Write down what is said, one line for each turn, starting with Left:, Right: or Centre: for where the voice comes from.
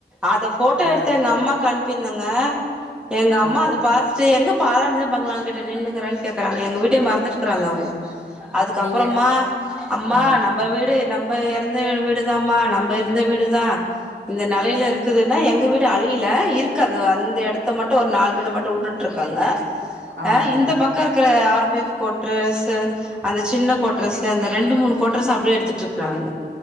Centre: அத போட்டோ
Right: ஆ,
Centre: எடுத்து எங்க அம்மாக்கு அன் பிர்ந்தங்க எங்க அம்மா
Right: ஆ.
Centre: அது பாத்துட்டு எங்க பாலடஞ்ச பங்களாங்கிட்ட நின்னுக்கிற கேக்குறாங்க எங்க வீட்டயே மறந்துட்டுக்றாங்க அவங்க அதுக்கப்பறமா
Right: நீங்க
Centre: அம்மா
Right: ஆ,
Centre: நம்ப வீடு நம்ப எறந்த வீடுதாமா நம்ப இருந்த வீடு தான் இந்த நெலையில இருக்குதுன்ன எங்க வீடு அழி வெளில இருக்கு அந்த அந்த எடத்த மட்டும் ஒரு நாலு வீடு மட்டும் விட்டுட்டு இருக்காங்க
Right: ஆமாங்க.
Centre: அ இந்த பக்க இருக்ற ஆறு பே கோட்ரஸ்ஸு அந்த சின்ன கோட்ரஸ்ஸு அந்த ரெண்டு மூணு கோட்ரஸ்ஸ அப்டியே எடுத்துட்டு இருக்கறாங்க